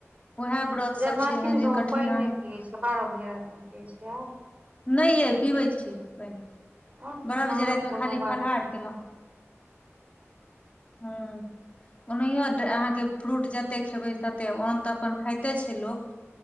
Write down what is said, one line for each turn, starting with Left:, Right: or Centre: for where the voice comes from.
Left: उएह व्रत सब
Right: जन्माष्टमी
Left: छै एहन
Right: सभ
Left: जे
Right: मे
Left: कठिन
Right: पानि नहि
Left: अइ
Right: पियै छैय बारह बजे रातिमे पियै छैय
Left: नहि यै पीबै छियै पानि
Right: हँ
Left: बारह
Right: तहन
Left: बजे राति
Right: कोनो
Left: मऽ खाली
Right: बात
Left: फलाहार
Right: नहि
Left: केलहुँ
Right: छै
Left: हँ ओनहियो अहाँके फ्रूट जते खेबै तते ओन तऽ अपन खाइते छैय लोक